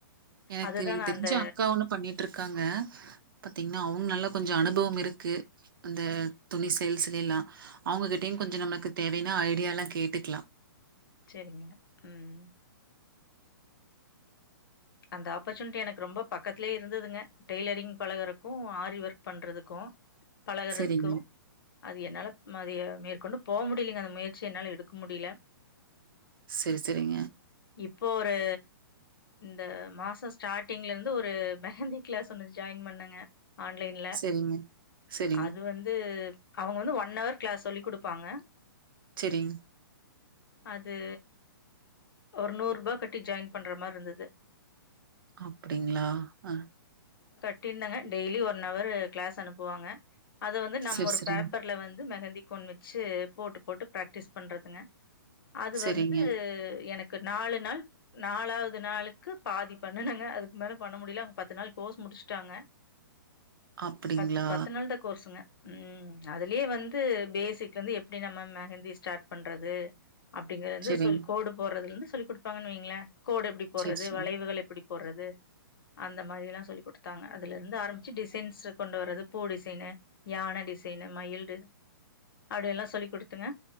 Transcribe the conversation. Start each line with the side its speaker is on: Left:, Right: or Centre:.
Right: எனக்கு
Left: அதுதாங்க
Right: தெரிஞ்ச
Left: அந்த
Right: அக்கா ஒன்னு பண்ணிட்டு இருக் க்காங்க பாத்தீங்கனா அவுங்க நல்ல கொஞ்சோ அனுபவம் இருக்கு அந்த துணி சேல்ஸ்ல எல்லா அவுங்ககிட்டயு
Left: சரிங்க,
Right: கொஞ்சோ நமக்கு தேவயானா அப்டியெல்லா கேட்டுக்கலா
Left: செரிங்க உம் அந்த ஆப்பர்ச்சுனிட்டி எனக்கு ரொம்ப பக்கத்தலயே இருந்ததுங்க டெய்லரிங் பழகுறக்கு ஆரி ஒர்க் பண்றதுக்கு பழகுறதுக்கு
Right: சரிங்க.
Left: அது என்னால மதிய மேற்க கொண்டு போக முடியலங்க அந்த முயற்சி என்னால எடுக்க முடியல
Right: செரி செரிங்க
Left: இப்போ ஒரு இந்த மாச ஸ்டாட்டிங்ல இருந்து ஒரு மெஹந்தி கிளாஸ் ஒன்னு ஜாயின் பண்ணேங்க ஆன்லைன்ல
Right: சரிங்க. சரிங்க.
Left: அது வந்து அவுங்க வந்து ஒன் அவர் கிளாஸ் சொல்லி குடுப்பாங்க
Right: செரிங்க
Left: அது ஒரு நூறு ரூபா கட்டி ஜாயின் பண்ற மாரி இருந்தது
Right: அப்டிங்ளா அ
Left: இப்டி இருந்தாங்க டெய்லி ஒன் அவரு கிளாஸ் அனுப்புவாங்க அத வந்து நம்ம
Right: சரி,
Left: ஒரு
Right: சரிங்க.
Left: பேப்பர்ல வந் து மெகந்தி கோன் வச்சு போட்டு போட்டு பிராக்டிஸ் பண்றதுங்க அது
Right: சரிங்க.
Left: வந்து எனக் கு நாலு நாள் நாலாவது நாளு க்கு பாதி பண்ணுனங்க அதுக்கு மேல பண்ண முடியல அவங்க பத்து நாள் கோர்ஸ் முடிச்சுட்டாங்க
Right: அப்படிங்களா?
Left: பத் பத்து நாள்தா கோர்ஸ்ங்க ம் அதுலயே வந்து பேசிக்ல இருந்து எப்டி நம்ம மெஹந்தி ஸ்டார்ட் பண்றது அப்டிங்கறது வந்து
Right: சரிங்க.
Left: சொல் கோடு போட்றதுல இருந்து சொல்லி குடுப்பாங்கன்னு வைங்களே கோடு எப்டி போட்ற
Right: சரி,
Left: து
Right: சரிங்க.
Left: வளைவுகள் எப்பிடி போடுறது அந்த மாரி எல்லா சொல்லி் குடுத்தாங்க அதுல இருந்து ஆரம்பிச்சு டிசைன்ஸ் கொண்டு வர்றது பூ டிசைனு யான டிசைனு மயில் டி அப்டி எல்லா சொல்லிக் குடுத்துங்க